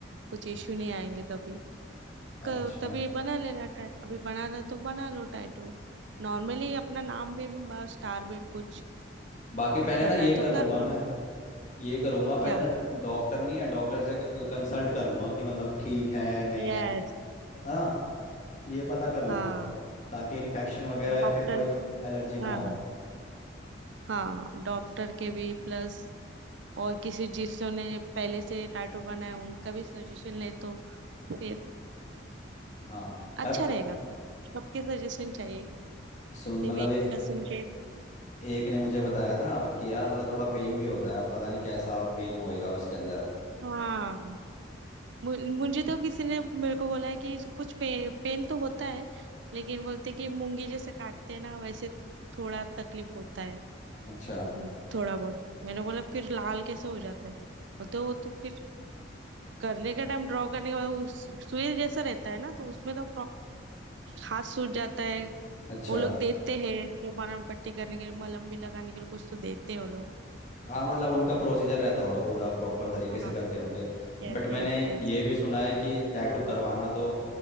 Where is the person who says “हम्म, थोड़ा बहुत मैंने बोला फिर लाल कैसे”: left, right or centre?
Right